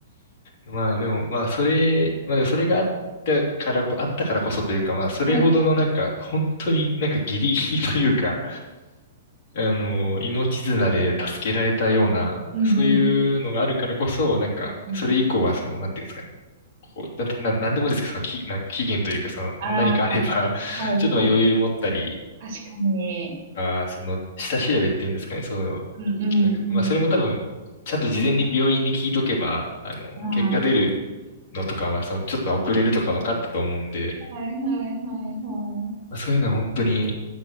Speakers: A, on the left (about 40°); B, on the right (about 45°).
A: うんまあでも、まあそれ、まあでもそれがあったからこ、あったからこそというか、まあそれほどのなんか、
B: はい。
A: 本当になんかギリギリというか、あの、命綱で助けられたような、
B: うんうん
A: そういうのがあるからこそ、なんか、
B: うん。
A: それ以降は、その、なんていうんですかね、こう、な、な、なんでもですけど、その、き、なんか期限というか、その、
B: あ
A: 何かあれば、<laughs>
B: あ、はい。
A: ちょっとまあ余裕持ったり
B: 確かに。
A: とか、その、下調べっていうんですかね、その、
B: うんうんうん。
A: なんか、まあ、それも多分、ちゃんと事前に病院に聞いとけば、あの、
B: あ
A: 結果出るのとかは、その、ちょっと遅れるとか分かったと思うんで、
B: あ、はいはいはいは
A: まあ、そういうのは本当に、